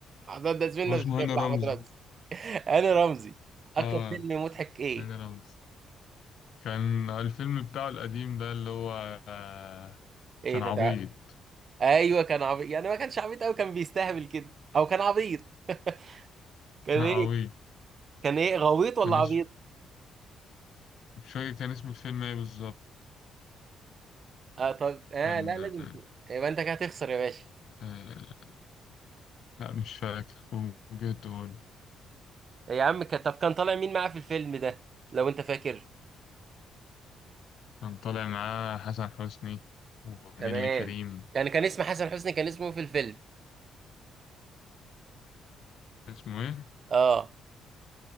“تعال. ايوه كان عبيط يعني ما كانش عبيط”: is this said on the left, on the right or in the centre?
Right